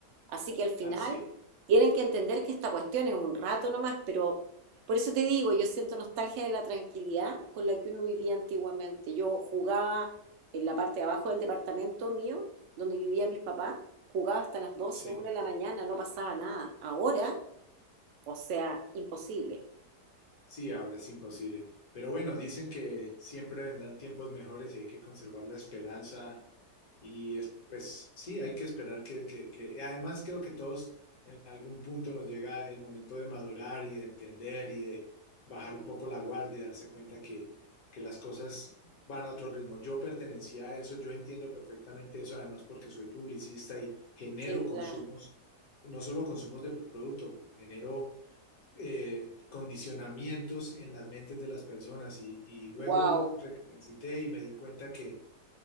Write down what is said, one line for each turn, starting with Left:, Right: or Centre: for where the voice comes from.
Right: Así que al final
Left: Así es.
Right: tienen que entender que esta cuestión es un rato nomás, pero por eso te digo, yo siento nostalgia de la tranquilidad con la que uno vivía antiguamente. Yo jugaba en la parte de abajo del departamento mío, donde vivía mis papás, jugaba hasta las doce,
Left: Sí,
Right: una de la mañana, no pasaba nada. Ahora, o sea, imposible.
Left: sí, ahora es imposible. Pero bueno, dicen que siempre vendrán tiempos mejores y hay que conservar la esperanza Y es- pues sí, hay que esperar que, que- que- Además, creo que todos en algún punto nos llega el momento de madurar y de entender y de bajar
Right: Mm,
Left: un poco la guardia y darse cuenta que, que las cosas van a otro ritmo. Yo pertenecía a eso, yo entiendo perfectamente eso, además porque soy publicista y genero
Right: Sí,
Left: consumos,
Right: claro.
Left: no solo consumos de producto, genero eh, condicionamientos en las mentes de las personas y, y luego
Right: Wow.
Left: recapacité y me di cuenta que